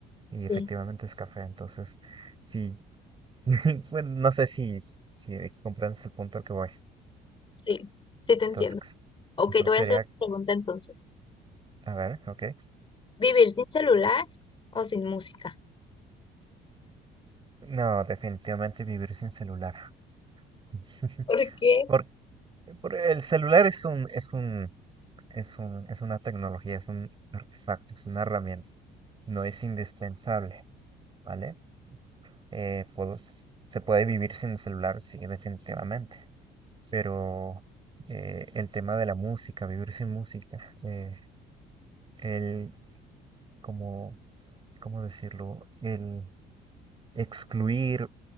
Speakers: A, on the right; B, on the left.
A: Y efectivamente
B: sí,
A: es café. Entonces, si <laughs> Bueno, no sé si, si comprendes el punto al que voy.
B: sí, sí te
A: Entonces,
B: entiendo. Ok,
A: entonces
B: te voy
A: sería,
B: a hacer otra pregunta entonces.
A: a ver, ok.
B: ¿Vivir sin celular o sin música?
A: No, definitivamente vivir sin celular. <laughs>
B: ¿Por qué?
A: Por, por el celular es un, es un, es un, es una tecnología, es un artefacto, es una herramienta. No es indispensable, ¿vale? Eh, puedo s- se puede vivir sin el celular, sí, definitivamente. Pero eh, el tema de la música, vivir sin música, eh, el como, ¿cómo decirlo? El excluir